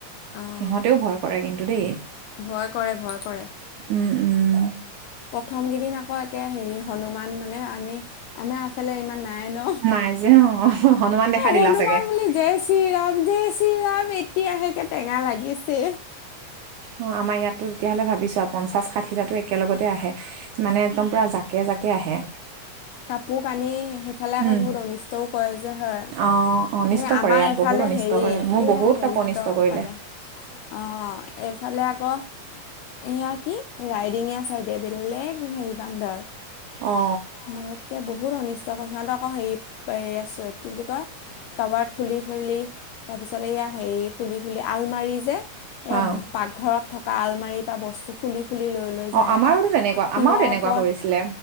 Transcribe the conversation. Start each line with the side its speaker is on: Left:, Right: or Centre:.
Left: অঁ
Right: সিহঁতেও ভয় কৰে কিন্তু দেই।
Left: ভয় কৰে ভয় কৰে
Right: উম উম
Left: প্ৰথম কেইদিন আকৌ একে হেৰি হনুমান মানে আমি আমাৰ এফালে ইমান নাই ন
Right: নাই যে অ অ হনুমান দেখাই দিলা
Left: হনুমান
Right: চাগে।
Left: বুলি জয় শ্ৰীৰাম জয় চি ৰাম এতিয়া সেকে টেঙা লাগিছে
Right: অ আমাৰ ইয়াতো তেতিয়াহ'লে ভাবি চোৱা পঞ্চাশ ষাঠিটাতো একেলগতে আহে মানে একদম পূৰা জাকে জাকে আহে
Left: কাপোৰ কানি সেইফালে আকৌ
Right: উম
Left: বহুত অনিষ্টও কয় যে হয়
Right: অ অনিষ্ট
Left: এ আমাৰ
Right: কৰে ইয়াত
Left: এফালে
Right: বহুত অনিষ্ট
Left: হেৰি
Right: কৰে মোৰ
Left: এইয়া
Right: বহুত
Left: হেৰিহঁতৰ
Right: কাপোৰ অনিষ্ট কৰিলে।
Left: ফালে অ এইফালে আকৌ এয়া কি ৰাইডিঙীয়া চাইডে বিললে হেৰি বান্দৰ
Right: অ
Left: মেকে বুত বহুত অনিষ্ট ক সিহঁত আকৌ হেৰি হেৰি আছে কি বুলি কয় কাবাত খুলি খুলি তাৰ পিছত এইয়া হেৰি খুলি খুলি আলমাৰি যে এ
Right: অ
Left: পাকঘৰত থকা আল মাৰি পা বস্তু খুলি খুলি লৈ লৈ যায়
Right: অ আমাৰোতো
Left: আকৌ।
Right: তেনেকুৱা
Left: টিঙৰ
Right: আমাৰো তেনেকুৱা
Left: ওপৰত
Right: কৰিছিলে